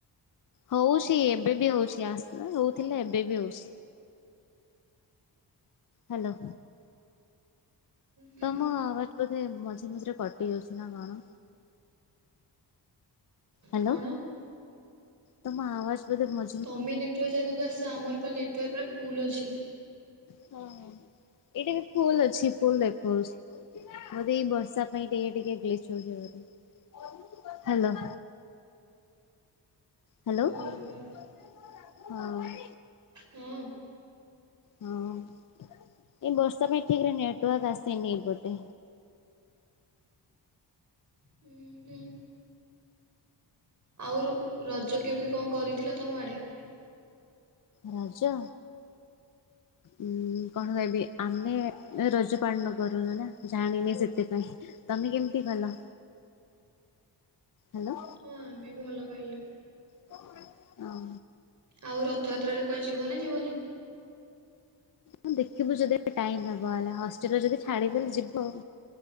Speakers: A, on the left (about 50°); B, on the right (about 45°).
A: ହଉଛି। ଏବେ ବି ହଉଛି ଆସ ହଉଥିଲା ଏବେ ବି ହଉଛି। ହାଲୋ।
B: ହୁଁ
A: ତମ ଆବାଜ ବୋଧେ ମଝି ମଝିରେ କଟି ଯାଉଛି ନା କଣ? ହାଲୋ
B: କଣ?
A: ତମ ଆୱାଜ ବଧେ ଭ।
B: ତମେ ନେଟୱାର୍କ ଜାଗାକୁ ଆସ। ଆମର ପା ନେଟୱାର୍କରେ ଫୁଲ ଅଛି।
A: ହଁ ହଁ ଏଇଟା ବି ଫୁଲ ଅଛି। ଫୁଲ ଦେଖଉଛି। ବଧେ ଏଇ ବର୍ଷା ପାଇଁ ଟିକେ ଟିକେ ଗ୍ଲିସ୍ ହଉଛି ଜାଗା ଟା। Hello hello.
B: ଓହୋ।
A: ହଁ।
B: ହଁ
A: ହଁ। ଏଇ ବର୍ଷା ପାଇଁ ଠିକ୍ ରେ ନେଟୱାର୍କ ଆସେନି ଏଇ ପଟେ।
B: ହୁଁ ହୁଁ। ଆଉ ରଜ କେମିତି କଣ କରିଥିଲ ତମ ଆଡେ?
A: ରାଜ।
B: <inaudible>
A: ଉଁ, କଣ କହିବି ଆମେ ରଜ ପାଳନ କରୁନୁ ନା ଜାଣିନି ସେଥିପାଇଁ। ତମେ କେମିତି କଲ?
B: <inaudible>
A: ହାଲୋ।
B: ହଁ। ଆମେ ବି ଭଲ ପାଳିଲୁ।
A: ହଁ।
B: ଆଉ ରଥଯାତ୍ରାରେ କୁଆଡେ ଯିବ ନା ଯିବନି? <inaudible>
A: ହଁ ଦେଖିବୁ ଯଦି ଟାଇମ୍ ହବ ହେଲା। ହଷ୍ଟେଲରେ ଯଦି ଛାଡିଲେ ଯିବୁ ଆଉ।